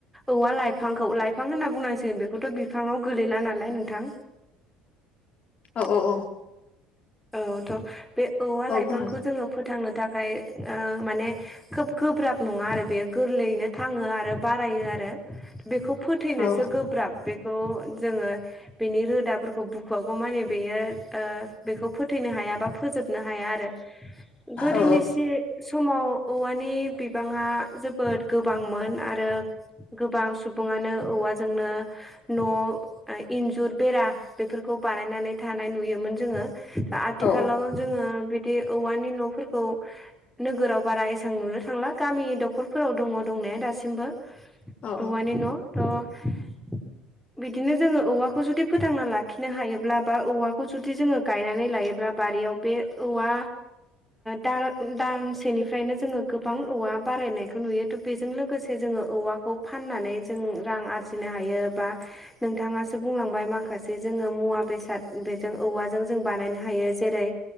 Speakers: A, in the centre; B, on the left (about 40°).
A: औवा लाइफांखौ लाइफां होनना बुंनांसिगोन बेखौथ' बिफाङाव गोलैला नालाय नोंथां
B: औ औ औ
A: औथ' बे औवा
B: औ
A: लाइफांखौ
B: खोनादों
A: जोङो फोथांनो था खाय माने खोब गोब्राब नङा आरो बेयो गोरलैयैनो थाङो आरो बारायो आरो बेखौ फोथैनोसो
B: औ
A: गोब्राब बे बेखौ जोंङो बेनि रोदाफोरखौ बुखुवागौ माने बेयो बेखौ फोथैनो हाया बा फोजोबनो हाया आरो गोदोनिसे
B: औ
A: समाव औवानि बिबांङा जोबोद गोबांमोन आरो गोबां सुबुंङानो औवाजोंनो न' इन्जुर बेरा बेफोरखौ बानायनानै थानाय नुयोमोन जोंङो आथिखालाव
B: औ
A: जोंङो बिदि औवानि न'फोरखौ नोगोराव बारा एसां नुनो थांला गामि दखरफोराव दङ दंनाया दासिमबो
B: औ
A: औवानि न' थ' बिदिनो जोंङो औवाखौ जुदि फोथांना लाखिनो हायोब्ला बा औवाखौ जुदि जोंङो गायनानै लायोब्ला बारियाव बे औवा दाल दांसेनिफ्रायनो जोंङो गोबां औवा बारायनायखौ नुयो बेजों लोगोसे जोंङो औवाखौ फाननानै जों रां आरजिनो हायो बा नोंथांङासो बुंलांबाय माखासे जोंङो मुवा बेसाद बेजों औवाजों जों जों बानायनो हायो जेरै